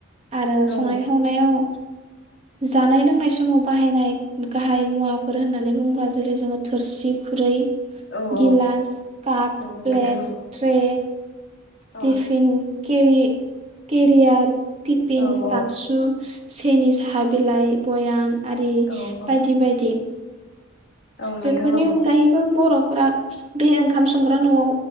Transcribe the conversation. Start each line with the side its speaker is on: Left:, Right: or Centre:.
Right: आरो
Left: औ
Right: संनाय खावनायाव जानाय लोंनाय समाव बाहायनाय गाहाय मुवाफोर होननानै बुोब्ला जेरै जोंङो थोरसि खुरै
Left: औ
Right: गिलास,
Left: औ
Right: काप
Left: नंगौ
Right: प्लेट,
Left: नोंथां नंगौ
Right: ट्रे
Left: औ
Right: थिफिन केरि केरियार टिपिन
Left: औ
Right: बाक्सु
Left: औ
Right: सेनि साहा बिलाइ बयाम आरि
Left: औ औ
Right: बायदि बायदि।
Left: औ
Right: बेेफोरनि
Left: नोंथां नंगौ
Right: अनगायैबो बर'फोरा बे ओंखाम संग्रा न'आव